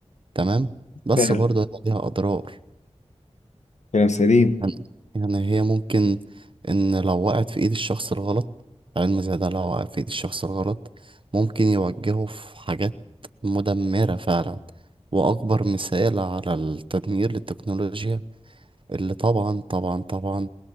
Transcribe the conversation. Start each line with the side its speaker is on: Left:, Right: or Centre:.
Right: تمام بس
Left: فعلا
Right: برضه هيبقى ليها أضرار
Left: كلام سليم
Right: يعني يعني هي ممكن إن لو وقعت في إيد الشخص الغلط علم زي ده لو وقع في إيد الشخص الغلط ممكن يوجهه في حاجات مدمرة فعلا وأكبر مثال على التدمير للتكنولوجيا اللي طبعا طبعا طبعا